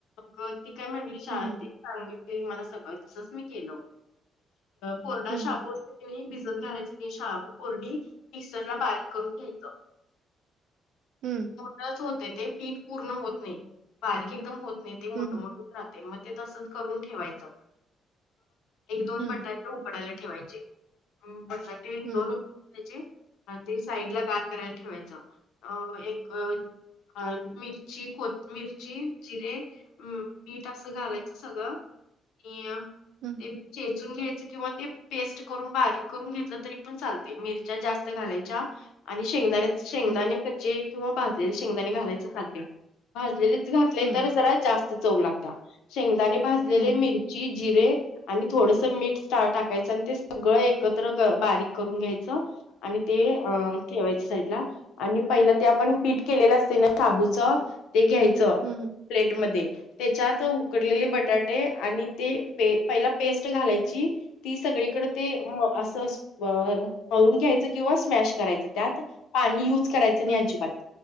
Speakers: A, on the left (about 85°); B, on the right (about 75°).
A: मग ती काय म्हटली शाळ
B: हं, हं.
A: सांगितली मला सगळं तसच मी केलं. कोरडा
B: हं,
A: शाबू
B: हं.
A: असते कणी भिजत घालायचे ते शाबू कोरडी मिक्सरला बारीक करून घ्यायचं.
B: हम्म.
A: मोठच होत ते पीठ पूर्ण होत नाही बारीक एकदम होत नाही ते मोठमोठ
B: हं.
A: च राहते मग ते तस करून ठेवाच एक दोन
B: हं, हं.
A: बटाटे उकडायला ठेवायचे म ते
B: हं,
A: दोन घ्यायचे ते साईड ला गार करायला ठेवायचं अ एक अ मिर्ची कोत मिरची जिरे हम्म मीठ असं घालायचं सगळं आणि
B: हम्म.
A: ते चेचून घ्यायच किंवा ते पेस्ट करून बारीक करून घेतलं तरी पण चालते मिरच्या जास्त घालायच्या. आणि शेंगदाण्या शेंगदाणे
B: हं,
A: कच्चे किंवा भाजलेले शेंगदाणे घालायचे <unintelligible> भाजलेले घातले
B: हं.
A: तर जरा जास्त चव लागत्या शेंगदाने भाजलेले
B: हं, हं.
A: मिरची जिरे आणि थोडसं मीठ स्टार टाकायचं आणि ते सगळं एकत्र बारीक करून घ्यायचं. आणि ते ठेवायच साईडला आणि पहिलं ते आपण पीठ केलेलं असते ना शाबूच ते घ्यायचं
B: हं, हं.
A: प्लेट मध्ये. त्याच्यात उकडलेले बटाटे आणि ते पहिला पेस्ट घालायची. ती सगळी तकड ते असं पळून घ्यायचं किंवा स्मॅश करायचं त्यात. पाणी युज करायचं नाही
B: हं, हं.
A: अजिबात